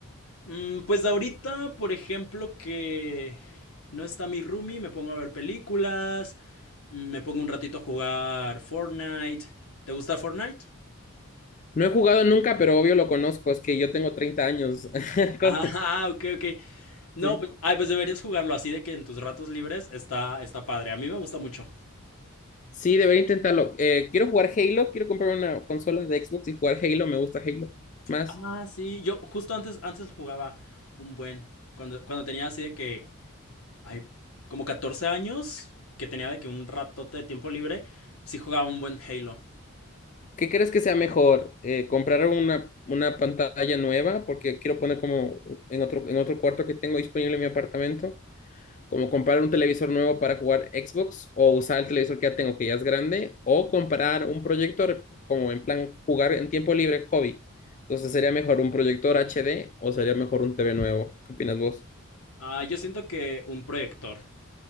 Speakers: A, on the left; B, on the left.
A: Mm, pues ahorita, por ejemplo, que no está mi roomie, me pongo a ver películas, mm, me pongo un ratito a jugar Fortnite. ¿Te gusta Fortnite?
B: No he jugado nunca, pero obvio lo conozco. Es que yo tengo 30 años. <laughs>
A: Ah,
B: Con-
A: <laughs> ok, ok. No,
B: Sí.
A: pues, ay, pues deberías jugarlo así de que en tus ratos libres está, está padre. A mí me gusta mucho.
B: Sí, debería intentarlo. Eh, quiero jugar Halo, quiero comprar una consola de Xbox y jugar Halo. Me gusta Halo más.
A: Ah, sí, yo justo antes, antes jugaba un buen, cuando, cuando tenía así de que, hay como 14 años, que tenía de que un ratote de tiempo libre, sí jugaba un buen Halo.
B: ¿Qué crees que sea mejor? Eh, ¿comprar una, una pantalla nueva? Porque quiero poner como en otro, en otro cuarto que tengo disponible en mi apartamento. Como comprar un televisor nuevo para jugar Xbox o usar el televisor que ya tengo, que ya es grande, o comprar un proyector como en plan jugar en tiempo libre, hobby. Entonces, ¿sería mejor un proyector HD o sería mejor un TV nuevo? ¿Qué opinas vos?
A: Ah, yo siento que un proyector,